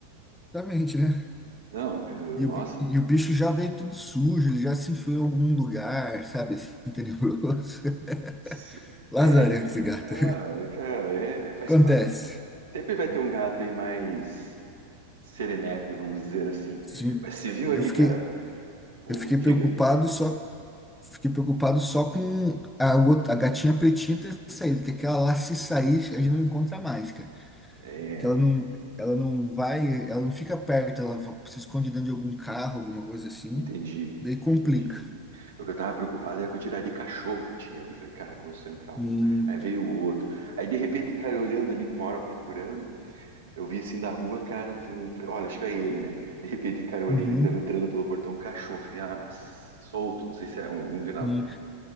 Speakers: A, in the centre; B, on the right.
A: Exatamente, né?
B: Não, cara, nossa.
A: E o, bi- e o bicho já veio tudo sujo, ele já se enfiou em algum lugar, sabe, assim, tenebroso. <laughs>
B: Se-
A: Lazarento
B: É, cara,
A: esse gato.
B: ah, cara, é, faz
A: Acontece.
B: parte. Sempre vai ter um gato aí mais serelepe, vamos dizer assim.
A: Sim.
B: Mas você viu ali,
A: Eu fiquei,
B: cara, o
A: eu fiquei
B: Tiga?
A: preocupado só, fiquei preocupado só com a outra, a gatinha pretinha ter saído, que aquela lá se sair, a gente não encontra mais, cara.
B: É,
A: Que ela
B: tem-
A: não, ela não vai, ela não fica perto, ela va- se esconde dentro de algum carro, alguma coisa assim.
B: entendi,
A: Daí complica.
B: entendi. O que eu tava preocupado era com a quantidade de cachorro que tinha ali. Falei, cara, começou a entrar um,
A: E,
B: aí veio o outro. Aí de repente, cara, eu olhando ali, uma hora procurando, eu vi assim da rua, cara, eu vi um, falei, olha, acho que é ele, né? De repente, cara, eu olhei
A: uhum.
B: ele tava entrando pelo portão, um cachorro. Falei, ah, solto, não sei se é algum viral.
A: Sim.